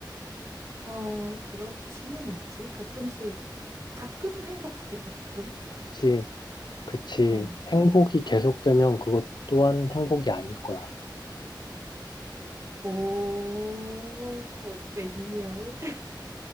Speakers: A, on the right; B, on the left.
A: 어, 그렇지는 않지. 가끔씩, 가끔 행복하지, 가끔.
B: 그치, 그치.
A: 응.
B: 행복이 계속되면 그것 또한 행복이 아닐 거야.
A: 오, 웬열. <laughs>